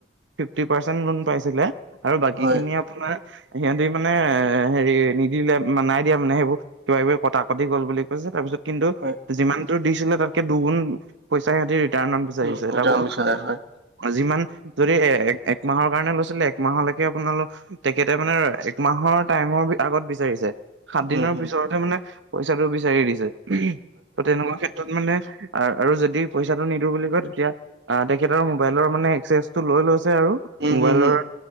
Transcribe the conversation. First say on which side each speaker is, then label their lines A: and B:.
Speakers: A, on the right; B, on the right.
A: ফিফটি পাৰ্চেণ্ট লোন পাইছিলে। আৰু বাকী
B: হয়
A: খিনি আপোনাৰ সিহতি মানে এ হেৰি নিদিলে নাই দিয়া মানে সেইবোৰ কিবা-কিবি কটা কটি গ'ল বুলি কৈছে, তাৰপিছত কিন্তু
B: হয়
A: যিমান টো দিছিলে তাতকে দুগুন পইচা সিহঁতি ৰিটাৰ্ণত বিচাৰিছে
B: উম, এইটো
A: তাকো
B: আমি চাই হয়
A: যিমান যদি এ- একমাহৰ কাৰণে লৈছিলে একমাহলৈকে আপোনালোক তেখেতে মানে একমাহৰ টাইমৰ আগত বিচাৰিছে। সাত
B: উম
A: দিনৰ
B: উম
A: পিছতহে মানে পইচাটো বিচাৰি দিছে ত' তেনেকুৱা ক্ষেত ত কি মানে আৰু যদি পইচাটো নিদিওঁ বুলি কয়, তেতিয়া - অ', তেখেতৰ মোবাইলৰ মানে এক্সেছটো লৈ লৈছে আৰু -
B: হম
A: মোবাইলৰ
B: হম